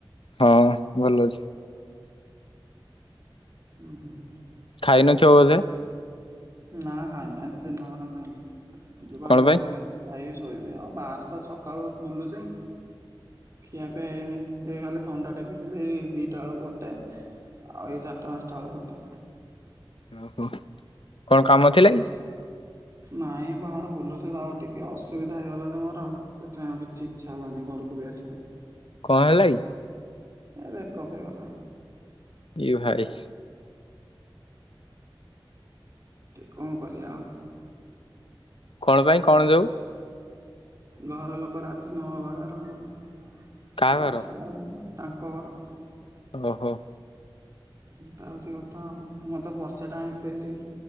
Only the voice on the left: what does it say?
ହଁ ଭଲ ଅଛି।
ଖାଇ ନଥିବ ବୋଧେ?
କଣ
ପାଇଁ
ଓହୋ କଣ କାମ ଥିଲା କି?
କ ହେଲା କି?
ଇଏ ଭାଇ
କଣ ପାଇଁ କଣ ଯୋଉ?
କାହା
ଘର
ଓହୋ।